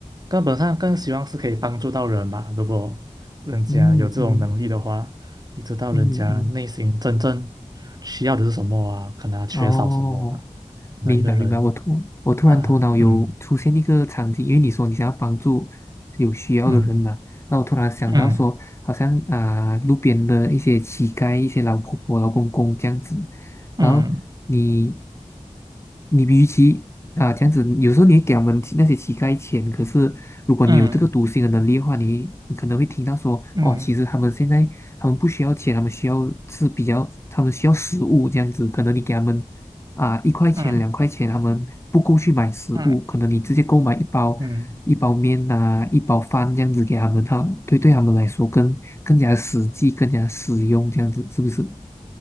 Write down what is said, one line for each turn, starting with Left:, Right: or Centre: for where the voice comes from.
Right: 根本上更希望是可以帮助到人吧。如果人家有这种能力的话，
Left: 嗯嗯
Right: 你知道人家内心真正需要的是什么啊？
Left: 嗯嗯。
Right: 可能他缺少什么啊？
Left: 哦，
Right: 可能一个人
Left: 明白明白，我突我突然头脑有出现一个场景，
Right: 啊，嗯
Left: 因为你说你想要帮助有需要的人嘛，
Right: 嗯
Left: 那我突然想到说，
Right: 嗯
Left: 好像啊、路边的一些乞丐、一些老婆婆、老公公这样子，然后你
Right: 嗯
Left: 你与其啊、这样子，有时候你会给他们那些乞丐钱，可是如果你有这个读心的能力的话，
Right: 嗯
Left: 你你可能会听到说，
Right: 嗯
Left: 哦，其实他们现在他们不需要钱，他们需要是比较，他们需要食物这样子，可能你给他们啊，一块钱、
Right: 嗯嗯
Left: 两块钱，他们不够去买食物，
Right: 嗯嗯
Left: 可能你直接购买一包一包面呐、
Right: 嗯。
Left: 一包饭这样子给他们，他对对他们来说更更加实际、更加实用，这样子是不是？